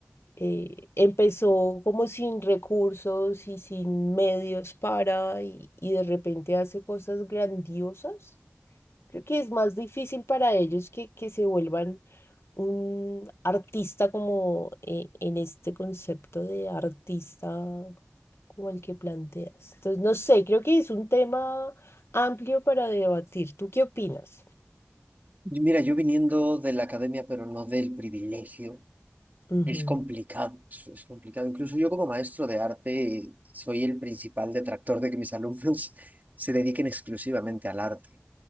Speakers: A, on the left (about 80°); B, on the right (about 45°).
A: eh, empezó como sin recursos y sin medios para y, y de repente hace cosas grandiosas. Creo que es más difícil para ellos que, que se vuelvan un artista como eh, en este concepto de artista como el que planteas. Entonces, no sé, creo que es un tema amplio para debatir. ¿Tú qué opinas?
B: Y Mira, yo viniendo de la academia, pero no del privilegio,
A: Ujú,
B: es complicado, es, es complicado. Incluso yo como maestro de arte soy el principal detractor de que mis alumnos <laughs> se dediquen exclusivamente al arte.